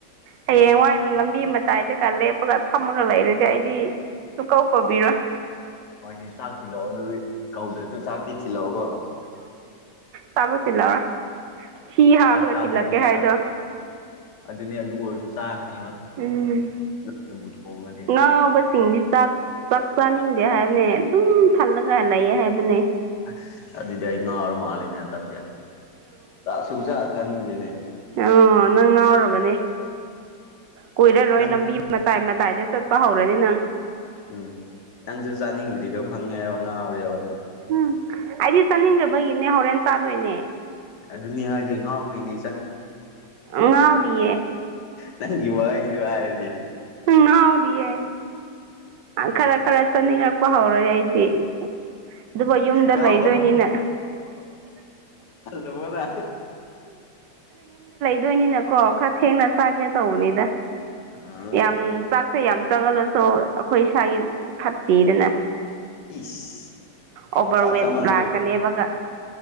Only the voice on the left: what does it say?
ꯍꯣꯏꯅꯦ ꯆꯥꯛ ꯊꯤꯜꯂꯛꯑꯣ ꯑꯗꯨꯗꯤ ꯀꯧꯗ꯭ꯔꯁꯨ ꯆꯥꯛꯇꯤ ꯊꯤꯜꯂꯛꯑꯣꯕꯣ
ꯆꯥꯛ ꯆꯥꯗ꯭ꯔꯗꯤ
ꯌꯥꯔꯣꯏ
ꯑꯗꯨꯅꯤ ꯑꯗꯨ ꯑꯣꯏꯔꯁꯨ ꯆꯥꯒꯅꯦꯕꯕꯨ
ꯊꯣꯡꯉꯅꯤ
ꯑꯁ ꯑꯗꯨ ꯑꯗꯨꯗꯤ ꯑꯩ ꯉꯥꯔ ꯃꯥꯂꯦꯅꯦ ꯌꯥꯝꯟꯗꯁꯤꯌꯥ ꯑ ꯁꯨꯡ ꯆ ꯆꯥꯅꯤꯡꯗꯦꯅꯦ
ꯅꯪ
ꯎꯝ ꯅꯪꯁꯨ ꯆꯥꯅꯤꯡꯗ꯭ꯔꯤꯗꯣ ꯈꯪꯉꯦꯕ ꯉꯥꯎꯋꯦꯕꯅꯪ
ꯑꯗꯨꯗꯨꯅꯌꯥ ꯍꯥꯏ ꯉ ꯑꯣꯏꯣꯏꯅꯤ
ꯅꯪꯒꯤ ꯋꯥꯏꯗꯨ ꯍꯥꯏꯔꯗꯤ
ꯉꯥꯎꯕ
ꯧꯕꯗ
ꯑ
ꯏꯁ
ꯆꯥꯛ
ꯆꯥꯃꯜꯂꯒ